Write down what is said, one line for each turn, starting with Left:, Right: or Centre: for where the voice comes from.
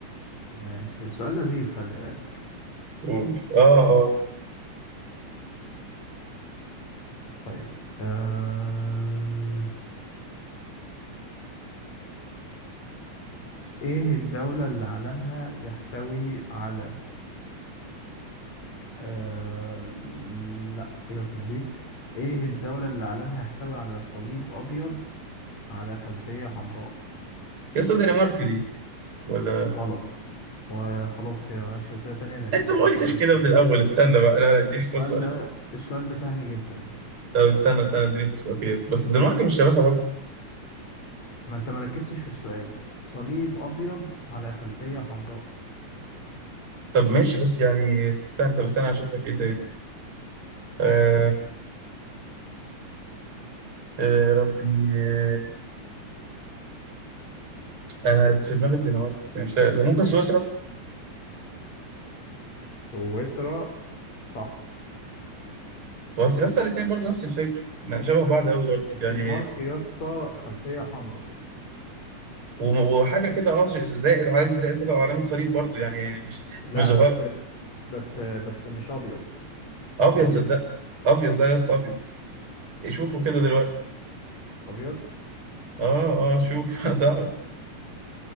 Left: ماشي السؤال لذيذ خلي بالك
Right: قول آه آه
Left: طيب آم، إيه الدولة اللي علمها يحتوي على آه، لا سيبك من دي إيه الدولة اللي علمها يحتوي على صليب أبيض على خلفية حمراء
Right: يا أستاذ دنمارك دي ولا
Left: غلط وخلاص كده مالكش أسئلة تانية لأن
Right: انت
Left: السؤال
Right: ما قلتش
Left: ده كان
Right: كده
Left: سهل
Right: من الاول استنى بقى لا لا اديني
Left: السؤال
Right: فرصه اخيره
Left: ده السؤال ده سهل جدا
Right: طب استنى استنى اديني فرصه اخيره بس الدنمارك مش شبهها برضه
Left: ما انت مركزتش في السؤال صليب ابيض على خلفية حمراء
Right: طب ماشي بس يعني استنى طب استنى هشوف لك ايه تاني آه آه ربي آه انا في دماغي الدنمارك يعني مش لاقي ده ممكن سويسرا
Left: سويسرا صح
Right: بس يا اسطى الاثنين برضه نفس الفكر لا، شبه بعض قوي برضه
Left: الدنمارك
Right: يعني
Left: يا اسطى خلفية حمراء
Right: وم- وحاجه كده اه ش- زائد علامه زائد كده وعلامه صليب برضه يعني مش
Left: لا
Right: مش
Left: بس
Right: غلط
Left: بس بس مش ابيض
Right: ابيض
Left: تقريبا
Right: صدق ابيض لا يا اسطى ابيض شوفوا كده دلوقتي
Left: ابيض
Right: اه اه شوف <laughs> هتعرف